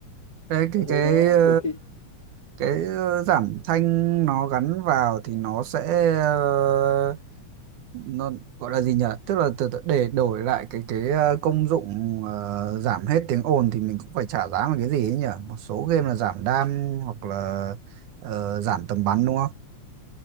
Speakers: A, on the right; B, on the left.
A: cái cái
B: kiểu thế
A: cái
B: nó
A: ờ,
B: nhiều khi
A: cái ờ, giảm thanh nó gắn vào thì nó sẽ ờ, nó gọi là gì nhỉ tức là từ, từ để đổi lại cái cái ờ, công dụng ờ, giảm hết tiếng ồn thì mình cũng phải trả giá một cái gì ấy nhỉ một số game là giảm đam hoặc là ờ, giảm tầm bắn đúng không